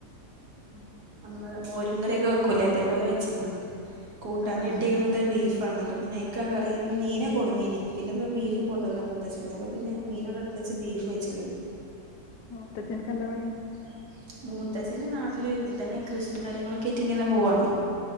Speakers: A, on the left; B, on the right.
A: ഉം
B: മ്മള് മോരും കറിയൊക്കെ വെക്കൂല്ലേ അതേപോലെ വെച്ക്ണ് കൂട്ടാനെട്ടിക്ണത്
A: ആഹ് ആഹ്
B: ബീഫ് അപ്പ പിന്നയ്ക്ക കറി മീന് കൊടുന്നീന് പിന്നെപ്പെ ബീഫും കൊണ്ടന്ന്ക്ക്ണ് മുത്തശ്ശന് അപ്പ പിന്നെ മീനാടട്ത്ത് ച് ബീഫ് വെച്ക്ക്ണ്
A: മൂത്തച്ഛൻക്കെന്താ പണി
B: പണി മൂത്തച്ഛന് നാട്ടില് ഇതന്നെ കൃഷിയും കാര്യങ്ങളൊക്കായിട്ടിങ്ങനെ പോവാണ്